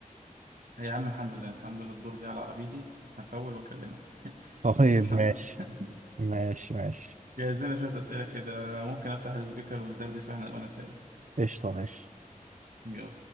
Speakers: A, on the right; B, on the right.
A: يا عم الحمد لله الحمد لله الدور جه على عربيتي هفول واكلمك <laughs>
B: طيب
A: الحمد
B: ماشي
A: لله
B: ماشي ماشي
A: جهز لنا شوية أسئلة كده أنا ممكن أفتح السبيكر وندردش وإحنا وأنا سايق
B: قشطة ماشي
A: يلا